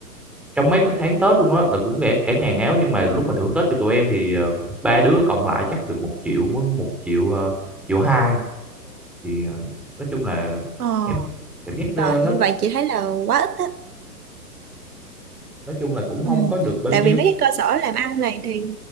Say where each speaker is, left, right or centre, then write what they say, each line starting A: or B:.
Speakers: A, in the centre; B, on the right (about 70°).
A: trong mấy cái tháng Tết luôn á là cũng cả cả ngàn áo nhưng mà lúc mà thưởng Tết cho tụi em thì ờ, ba đứa cộng lại chắc được một triệu mỗi một triệu ờ, triệu hai thì ờ, nói chung là
B: ờ
A: em cảm giác nó
B: Rồi,
A: nó
B: như vậy chị thấy là quá ít á.
A: nói chung là cũng
B: Ừ.
A: không có được bao
B: Tại
A: nhiêu
B: vì mấy cái cơ sở làm ăn này thì